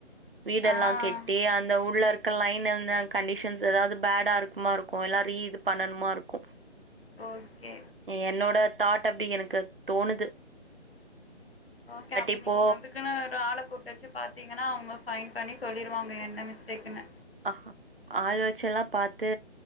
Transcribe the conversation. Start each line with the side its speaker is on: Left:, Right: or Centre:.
Right: வீடெல்லா
Left: ஆ
Right: கெட்டி அந்த உள்ளரு க்க லைன் இர்ந்த கன்டிஷன்ஸ் எதாவ்து பேடா இருக்குமாருக்கு எல்லா ரீ இது பண்ணணுமாருக்கு
Left: ஓகே
Right: என்னோட தாட் அப்டி எனக்கு தோனுது
Left: ஓகே அப்ப
Right: இப்போ
Left: நீங்க அதுக்குனு ஒரு ஆள கூட்டு வச்சு பாத்தீங்கன்னா அவுங்க ஃபயின்ட் பண்ணி சொல்லிருவாங்க என்ன மிஸ்டேக்குன்னு
Right: அ ஹா ஆள் வச்செல்லா பாத்து